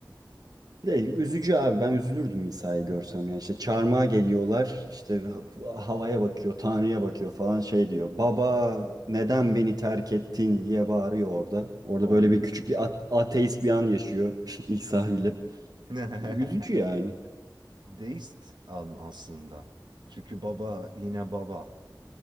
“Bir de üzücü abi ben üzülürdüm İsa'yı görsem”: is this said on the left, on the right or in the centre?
Right